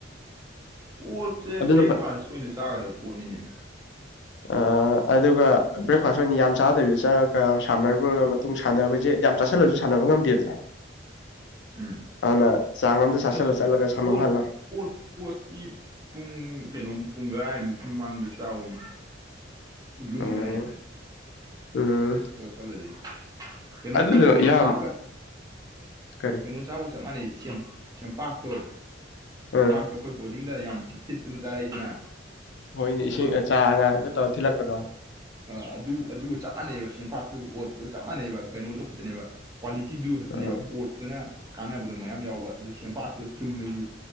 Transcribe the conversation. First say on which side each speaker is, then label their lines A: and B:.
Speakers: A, on the right; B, on the left.
A: ꯑꯣꯣꯠꯁꯦ
B: ꯑꯗꯨꯅ
A: ꯕ꯭ꯔꯦꯛꯐꯥꯁ ꯑꯣꯏꯅ ꯆꯥꯒꯗꯕ ꯄꯣꯠꯅꯤꯅꯦ
B: ꯑ ꯑꯗꯨꯒ ꯕ꯭ꯔꯦꯛꯐꯥꯁ ꯑꯣꯏꯅ ꯌꯥꯝ ꯆꯥꯗꯕꯤꯗ ꯆꯠꯂꯒ ꯁꯥꯟꯅꯔꯨꯔꯒ ꯇꯨꯡ ꯁꯥꯟꯅꯕꯁꯦ ꯌꯥꯝ ꯆꯥꯥꯁꯜꯂꯁꯨ ꯁꯥꯟꯅꯕ ꯉꯝꯗꯦꯗꯅ
A: ꯎꯝ
B: ꯑꯗꯨꯅ ꯆꯥꯡ ꯑꯝꯗ ꯆꯥꯁꯤꯜꯂ
A: ꯑꯁ
B: ꯆꯠꯂꯒ ꯁꯥꯟꯅꯕꯝ
A: ꯑꯣꯠ
B: ꯍꯜꯂꯣ
A: ꯑꯣꯠ ꯑꯣꯣꯠꯇꯁꯤꯤ ꯄꯨꯡ ꯀꯩꯅꯣꯝ ꯄꯨꯡ ꯔꯥꯏꯃꯨꯛ ꯄꯨꯡ ꯃꯃꯥꯡꯗ ꯆꯥꯎꯃꯦ ꯂꯨꯕꯅꯦ
B: ꯎꯝ ꯎꯝ
A: ꯁ ꯂꯩꯦ ꯀꯩꯅꯣ
B: ꯑꯗꯨꯗꯣ
A: ꯀꯩꯅ
B: ꯌꯥꯝ
A: ꯆꯕ
B: ꯀꯔꯤ
A: ꯀꯩꯅꯣ ꯆꯥꯕ ꯆ ꯃꯥꯅꯤ ꯆꯦꯡꯄꯥꯛꯇꯣ ꯆꯄꯥꯛꯇꯣ
B: ꯑꯥ
A: ꯑꯩꯈꯣꯏ ꯕꯣꯗꯤꯡꯗ ꯌꯥꯝ ꯊꯤꯠ ꯊꯤꯠꯇꯨꯅ ꯆꯥꯔꯛꯏꯗꯅ
B: ꯍꯣꯏꯅꯦ ꯏꯁꯤꯡ
A: ꯑꯗꯨ
B: ꯑꯆꯥ ꯑꯉꯥꯡꯇ ꯇꯧ ꯊꯤꯜꯂꯛꯄꯗꯣ
A: ꯑ ꯑꯗꯨ ꯑꯗꯨꯒ ꯆꯞ ꯃꯥꯟꯅꯩꯕ ꯆꯦꯟꯄꯥꯛꯇꯨ ꯑꯣꯠꯄꯒ ꯆꯞ ꯃꯥꯟꯅꯩꯕ ꯀꯩꯅꯣꯗꯨꯣ ꯈꯛꯇꯅꯦꯕ ꯀ꯭ꯋꯥꯂꯤꯇꯤꯗꯨ ꯈꯛꯇꯅꯦꯕ
B: ꯑꯥ
A: ꯑꯣꯠꯇꯅ ꯀꯥꯟꯅꯕꯗꯣ ꯃꯌꯥꯝ ꯌꯥꯎꯕ ꯑꯗꯨ ꯁꯦꯡꯄꯥꯛꯄꯗ ꯆꯨꯝꯅꯒꯤ